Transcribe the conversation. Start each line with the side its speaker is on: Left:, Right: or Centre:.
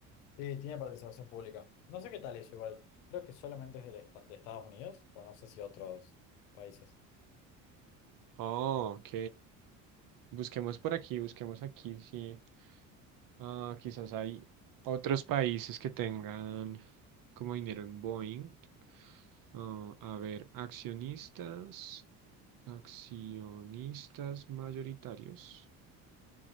Left: sí, tiene participación pública. No sé qué tal eso igual. Creo que solamente es del esta- de Estados Unidos o no sé si otros países.
Right: Oh, ok. Busquemos por aquí, busquemos aquí, sí. Ah, quizás hay otros países que tengan como dinero en Boeing. Ah, a ver, accionistas, accionistas mayoritarios,